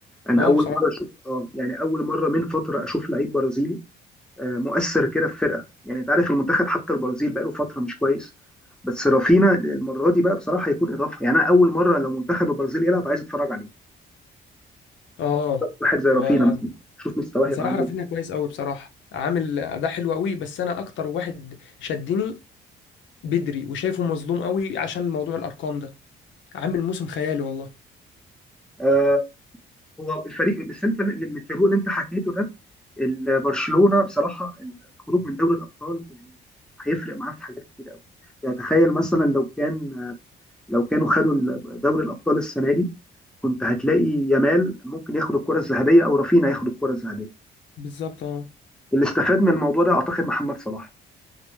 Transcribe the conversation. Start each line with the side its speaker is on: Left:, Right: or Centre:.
Centre: انا
Left: اه
Centre: اول
Left: بصراحه
Centre: مره اشوف اه يعني اول مره من فتره اشوف لعيب برازيلي آه، مؤثر كده في فرقه يعني انت عارف المنتخب حتى البرازيل بقاله فتره مش كويس بس رافينا المره دي بقى بصراحه هيكون اضافه يعني انا اول مره لو منتخب البرازيل يلعب عايز اتفرج عليه
Left: اه
Centre: واحد زي رافينا
Left: هو
Centre: مثلا شوف مستواه
Left: بصراحه
Centre: هيبقى عامل
Left: رافينيا
Centre: ايه
Left: كويس قوي بصراحه عامل اداء حلو قوي بس انا اكتر واحد شدني بدري وشايفه مظلوم قوي عشان موضوع الارقام ده عامل موسم خيالي والله
Centre: آه، هو الفريق بس انت الفريق اللي انت حكيته ده ال- برشلونه بصراحه الخروج من دوري الابطال يعني هيفرق معاه في حاجات كتير قوي يعني تخيل مثلا لو كان لو كانوا خدوا ال- دوري الابطال السنه دي كنت هتلاقي يامال ممكن ياخد الكره الذهبيه او رافينا ياخد الكره الذهبيه
Left: بالظبط اه
Centre: اللي استفاد من الموضوع ده اعتقد محمد صلاح